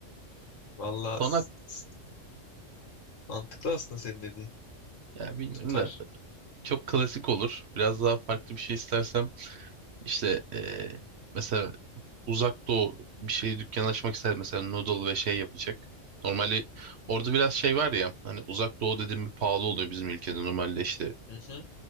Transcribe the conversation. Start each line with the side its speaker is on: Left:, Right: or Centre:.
Left: <laughs> valla
Right: <laughs> Konak
Left: s- s- mantıklı aslında senin dediğin.
Right: ya bilmiyorum
Left: Tutar.
Right: da çok klasik olur. Biraz daha farklı bir şey istersem işte eee, mesela uzak doğu bir şey dükkan açmak ister mesela noodle ve şey yapacak. Normalde orada biraz şey var ya hani uzak doğu dediğim bir pahalı oluyor bizim ülkede normalde işte
Left: Hı hı.